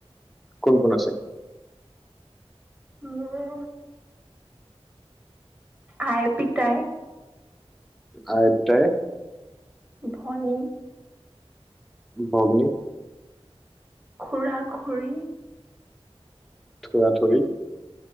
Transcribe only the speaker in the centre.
কোন, কোন আছে?
আই, পিটাই।
ভগ্নী
থুৰা থুৰি